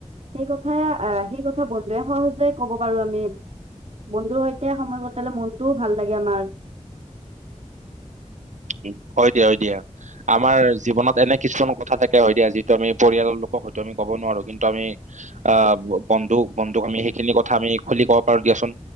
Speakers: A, on the right (about 60°); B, on the right (about 80°).
A: সেই কথা আহ সেই ক বন্ধুৱে সহজতে কব পাৰো আমি। বন্ধুৰ সৈতে সময় কটালে মন টোও ভাল লাগে আমাৰ।
B: উ। হয় দিয়া হয় দিয়া। আমাৰ জীৱনত এনে কিছুমান কথা থাকে হয় দিয়া। যিটো আমি পৰিয়ালৰ লোকক হয়তো আমি কব নোৱাৰো কিন্তু আমি আহ বন্ধুক বন্ধুক আমি সেইখিনি কথা আমি খুলি কব পাৰো দিয়াচোন।